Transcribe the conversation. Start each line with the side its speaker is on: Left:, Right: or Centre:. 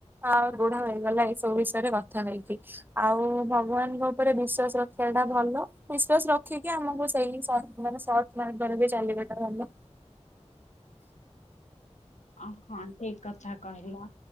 Right: ଆ ଦୃଢ଼ ହେଇଗଲା ଏଇ ସବୁ ବିଷୟରେ କଥା ହେଇକି ଆଉ ଭଗବାନଙ୍କ ଉପରେ ବିଶ୍ଵାସ ରଖିଆ ଟା ଭଲ ବିଶ୍ୱାସ ରଖିକି ଆମକୁ ସେଇ ସ ମାନେ ସଦମାର୍ଗରେ ବି ଚାଲିବାଟା ଭଲ।
Left: ଅହଁ ଠିକ କଥା କହିଲ।